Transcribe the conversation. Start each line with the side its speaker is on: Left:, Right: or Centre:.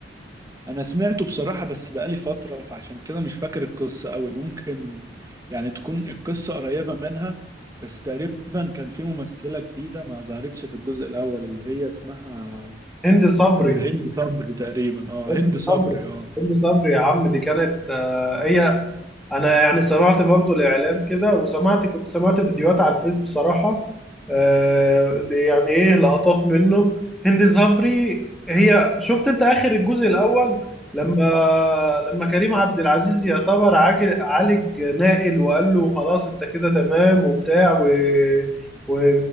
Right: انا سمعته بصراحة بس بقالي فترة فعشان كده مش فاكر القصة قوي ممكن يعني تكون القصة قريبة منها بس تقريبا كان في ممثلة جديدة ما ظهرتش في الجزء الاول اللي هي اسمها
Centre: هند صبري
Right: آه، هند صبري تقريبا اه
Centre: هند
Right: هند
Centre: صبري
Right: صبري اه
Centre: هند صبري يا عم دي كانت آه، هي انا يعني سمعت برضو الاعلان كده وسمعت كنت سمعت فيديوهات على الفيس بصراحة آه يعني ايه لقطات منه هند صبري هي شفت انت اخر الجزء الاول لما لما كريم عبد العزيز يعتبر عاج- عالج نائل وقال له خلاص انت كده تمام وبتاع و, و